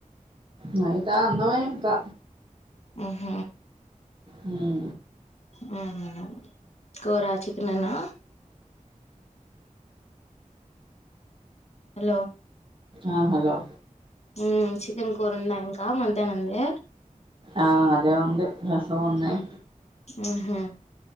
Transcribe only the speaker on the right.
నైట్ ఆ అన్నమే ఇంకా
మ్మ్
ఆ హలో
ఆ అదే ఉంది రసం ఉన్నాయి